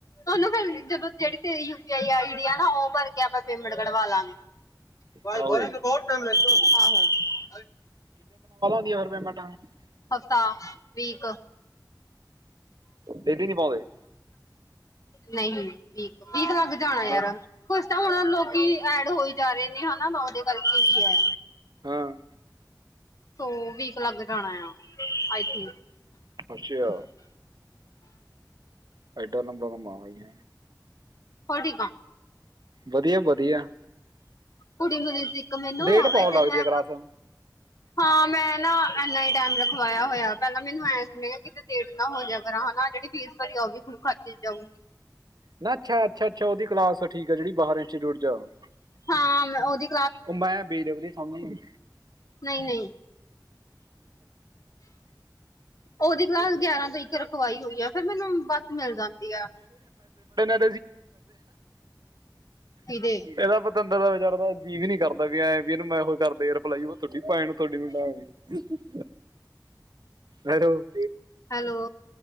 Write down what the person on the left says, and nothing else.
ਉਹਨੂੰ ਫਿਰ ਜਦੋਂ ਜਿਹੜੀ ਤੇ ਯੂ ਪੀ ਆਈ ਆਈ ਆ ਨਾ ਉਹਰ ਮ ਕਢਵਾ ਲਾਂਗੇ ਭ
ਘਰ ਬਹੁਤ ਟਾਈਮ ਲੱ
ਹਫ਼ਤਾ ਵੀਕ
ਨਹੀਂ ਵੀਕ ਵੀਕ ਲੱਗ ਜਾਣਾ ਯਾਰ
ਕੁ ਤਾਂ ਹੁਣ ਲੋਕੀ ਐਡ ਹੋਈ ਜਾ ਰਹੇ ਨੇ ਹਨਾ ਉਹਦੇ ਕਰਕੇ ਵੀ ਹੈ
ਸੋ ਵੀਕ ਲੱਗ ਜਾਣਾ ਆ ਆਈਕ
ਹੋਡੀਕ
ਕੁੜੀ ਨੂੰ ਦੇ ਸੀ ਇੱਕ ਮੈਨੂੰ
ਇੱਥੇ
ਮੈਂ
ਹਾਂ ਮੈਂ ਨਾ ਇਨਾ ਹੀ ਟਾਈਮ ਲਖਵਾਇਆ ਹੋਇਆ ਪਹਿਲਾਂ ਮੈਨੂੰ ਐ ਕਿਤੇ ਲੇਟ ਨਾ ਹੋ ਜਾ ਕਰ ਜਿਹੜੀ ਫੀਸ ਭਰੀ ਉਹ ਵੀ ਖਰਚ ਜਾਊਗੀ
ਹਾਂ ਮੈਂ ਉਹਦੀ
ਨਹੀਂ-ਨਹੀਂ, ਓਹਦੀ ਕਲਾਸ ਗਿਆਰਾਂ ਤੋਂ ਇੱਕ ਰਖਵਾਈ ਹੋਈ ਆ। ਫਿਰ ਮੈਨੂੰ ਬੱਸ ਮਿਲ ਜਾਂਦੀ ਆ
ਕਿਦੇ
ਹੈਲੋ